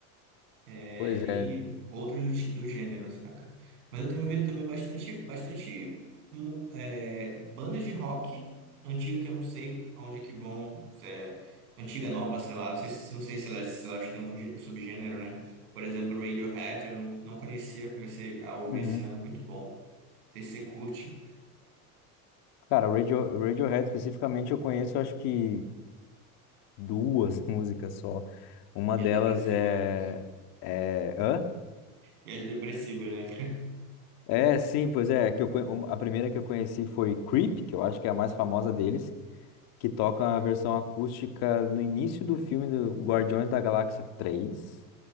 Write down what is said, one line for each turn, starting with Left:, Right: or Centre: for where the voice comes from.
Right: é,
Left: pois
Right: e
Left: é.
Right: outros do, ti- do gênero, saca? Mas eu tenho ouvido também bastante, bastante mu- é, bandas de rock antiga que eu não sei aonde é que vão, se é antiga, nova, sei lá, não sei se, não sei se elas, se elas têm um, gê- um subgênero, né? Por exemplo, Radiohead, eu não, não conhecia, comecei a ouvir
Left: Uhum.
Right: esse ano, muito bom. Não sei se você curte,
Left: Cara, Radio, Radiohead especificamente eu conheço, acho que duas <laughs> músicas só. Uma
Right: e
Left: delas
Right: é depressiva,
Left: é...
Right: né?
Left: É... Hã?
Right: E as depressivas, né?
Left: É, sim, pois é. Que eu, conhe- a primeira que eu conheci foi Creep, que eu acho que é a mais famosa deles. que toca a versão acústica no início do filme do Guardiões da Galáxia 3.